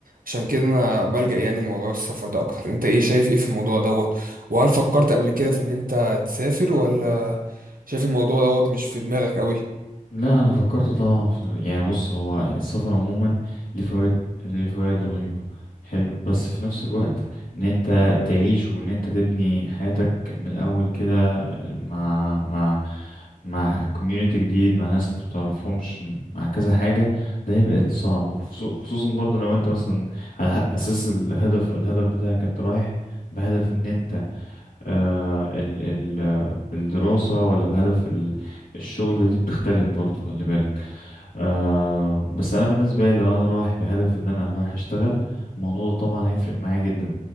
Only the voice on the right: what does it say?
عشان كده انا بلجأ يعني لموضوع السفر ده اكتر انت ايه شايف ايه في الموضوع دوت وهل فكرت قبل كده في ان انت تسافر ولا شايف الموضوع دوت مش في دماغك قوي